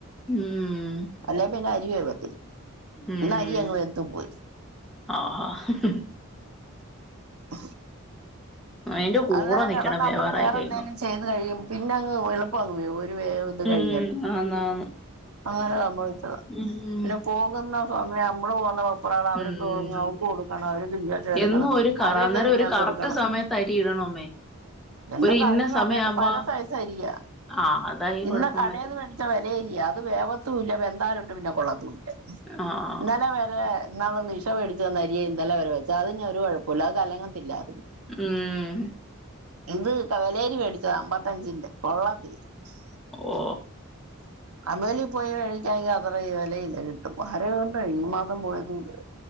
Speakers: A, in the centre; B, on the right.
A: ഉം
B: അല്ലേ പിന്നെ അരിവേ വേ
A: ഉം
B: അരി അങ്ങ് വെന്ത് പോയി
A: ആഹാ
B: <unintelligible>
A: അയിന്റെ കൂടെ
B: അന്നേരം
A: നിക്കണം
B: കിടന്ന് നമ്മള്
A: ബേവാറായി
B: വേറെ
A: കഴിയുമ്പോ
B: എന്തെങ്കിലും ചെയ്ത് കഴിയും പിന്നെ അങ്ങ് എളുപ്പം അങ്ങ് വേവും ഒരു വേവ് ഒക്കെ
A: ഉം
B: കഴിഞ്ഞിട്ട്
A: ആന്നാന്ന്
B: അങ്ങനെ സംഭവി ച്ചത
A: ഉം
B: പിന്നെ പോകുന്ന പോവുമ്പോ നമ്മള് പോന്ന ഇപ്പോളവർക്ക്
A: ഉം
B: അവക്ക് കൊടുക്കണം അവര് <unintelligible> എടുക്കണം
A: എന്നും ഒരു കറ
B: അവരൊക്കെ
A: അന്നേരം
B: തിഞ്ഞാൻ
A: ഒരു കറക്റ്റ്
B: കൊടുക്കണം
A: സമയത്ത് അരി ഇടണമ്മേ
B: എന്നും
A: ഒരു
B: കറക്റ്റ്
A: ഇന്ന സമയാവുമ്പോ
B: സമയത്ത് പല സയിസ് അരിയാ
A: ആഹ് അതായി
B: ഇന്ന്
A: കൊഴപ്പം
B: കടേന്ന്
A: പറ്റുന്നെ
B: മേടിച്ച വെല അരിയാ വേവത്തുല്ല വെന്താലൊട്ട് പിന്നെ കൊളത്തുല്ല
A: ആഹ്
B: ഇന്നലെ വരേ ഇന്നാള് നിശ വേടി ചെന്ന അരിയ ഇന്നലെ വരെ വെച്ചെ അതിന് ഒരു കൊഴ പുലവ് കലങ്ങത്തില്ലാര്ന്നു
A: ഉം
B: ഇത് കവലേരിമേടിച്ചത അമ്പത്തഞ്ചിന്റെ കൊള്ള <inaudible> <unintelligible>
A: ഓ
B: പോയി വേടിക്കാണെങ്കി അത്രയ് വെലയില്ല ക് <unintelligible> കണ്ട് ഈ മാസം പോയതുല്ല